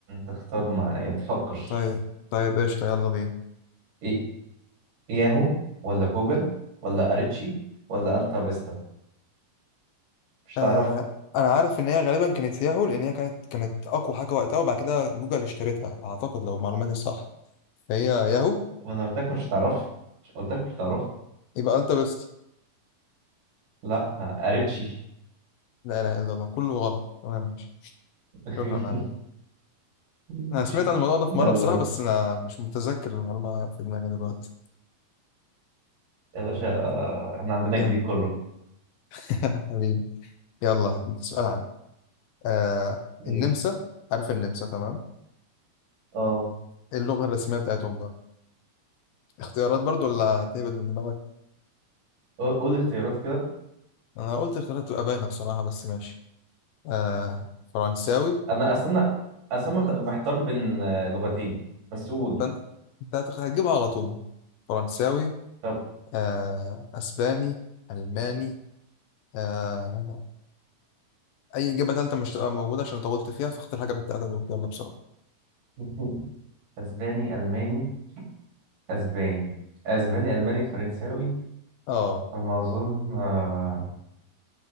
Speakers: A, on the right; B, on the left.
A: تختار ما يعني تفكر
B: طيب طيب قشطة يلا بينا
A: إيه ياهو ولا جوجل ولا اريتشي ولا التا فيستا مش تعرفها
B: آه أنا عارف إن هي غالبا كانت ياهو لأن هي كانت كانت أقوى حاجة وقتها وبعد كده جوجل اشترتها أعتقد لو معلوماتي صح فهي ياهو
A: وانا قلت لك مش تعرفها مش قلت لك مش تعرفها
B: يبقى ألتا بيست
A: لا ها، اريتشي
B: لا إله إلا الله كله غلط تمام ماشي
A: <laughs>
B: شكرا عم
A: ماشي
B: أنا سمعت عن الموضوع ده في
A: يلا
B: مرة بصراحة
A: انت
B: بس أنا مش متذكر المعلومة في دماغي دلوقتي
A: يا باشا آه، احنا عندنا
B: ياهو
A: الجديد كله
B: <laughs> حبيبي يلا هديك سؤال عن آه
A: ماشي
B: النمسا عارف النمسا تمام
A: اه
B: ايه اللغة الرسمية بتاعتهم بقى اختيارات برضو ولا هتهبد من دماغك
A: قول قول اختيارات كده
B: انا قلت اختيارات تبقى باينة بصراحة بس ماشي آه فرنساوي
A: انا استنى استنى محتار بين آه، لغتين بس قول
B: فانت انت هتخ- هتجيبها على طول فرنساوي
A: طب
B: آه اسباني الماني آه اي اجابة تالتة مش تبقى موجودة عشان طولت فيها فاختار حاجة من التلاتة دول يلا بسرعة
A: <laughs> اسباني الماني اسباني اسباني الماني فرنساوي
B: اه
A: على ما اظن آه،